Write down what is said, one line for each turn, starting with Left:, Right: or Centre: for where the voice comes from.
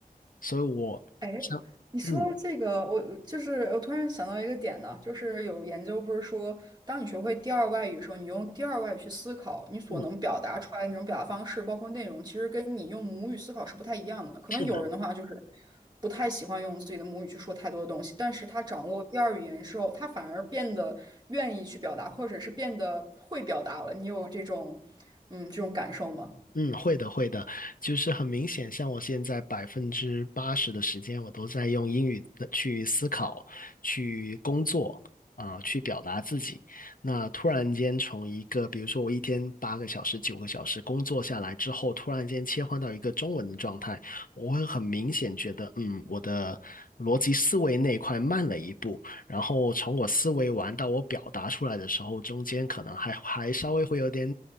Left: 所以我像嗯
Right: 哎，你说到这个，我就是我突然想到一个点呢，就是有研究不是说，当你学会第二外语的时候，你用第二外语去思考，你所能表达出来的那种表达方式，
Left: 嗯，
Right: 包括内容，其实跟你用母语思考是不太一样的。可能有人的话就是
Left: 是的。
Right: 不太喜欢用自己的母语去说太多的东西，但是他掌握第二语言之后，他反而变得愿意去表达，或者是变得会表达了。你有这种嗯这种感受吗？
Left: 嗯，会的，会的，就是很明显，像我现在百分之八十的时间，我都在用英语的去思考、去工作啊、去表达自己。那突然间从一个，比如说我一天八个小时、九个小时工作下来之后，突然间切换到一个中文的状态，我会很明显觉得，嗯，我的逻辑思维那一块慢了一步，然后从我思维完到我表达出来的时候，中间可能还还稍微会有点